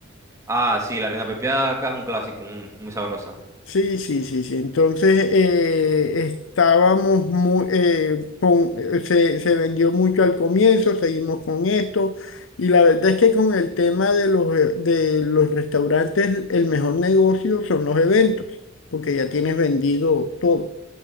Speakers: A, on the right; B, on the left.
A: Ah, sí, la reina pepiada acá es un clásico, mm, muy sabrosa.
B: Sí, sí, sí, sí. Entonces eh, estábamos muy, eh, con- eh, se, se vendió mucho al comienzo, seguimos con esto y la verdad es que con el tema de los, eh, de los restaurantes, el mejor negocio son los eventos, porque ya tienes vendido todo,